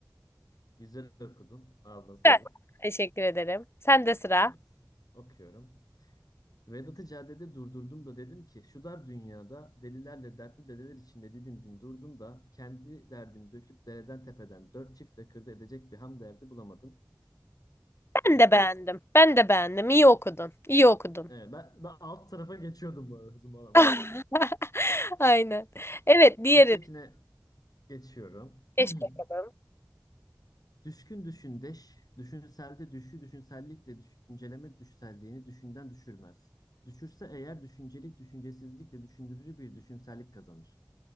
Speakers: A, on the left; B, on the left.
A: Güzel okudun. Ağzına sağlık.
B: Güzel. Teşekkür ederim. Sen de sıra.
A: Evet. Okuyorum. Vedat'ı caddede durdurdum da dedim ki şu dar dünyada delilerle dertli dedeler içinde didindin durdun da kendi derdini döküp dereden tepeden dört çiftle kırdı edecek bir ham derdi bulamadın.
B: Ben
A: Evet.
B: de beğendim. Ben de beğendim. İyi okudun. İyi okudun.
A: Evet ben, ben alt tarafa geçiyordum bu arada hızımı alamadım.
B: <laughs> Aynen. Evet diğerini
A: Üsttekine geçiyorum.
B: geç
A: <clears throat>
B: bakalım.
A: Düşkün düşündeş, düşünselde düşü, düşünsellikle düşünceleme düşselliğini düşünden düşürmez. Düşürse eğer düşüncelik düşüncesizlikle düşündürücü bir düşünsellik kazanır.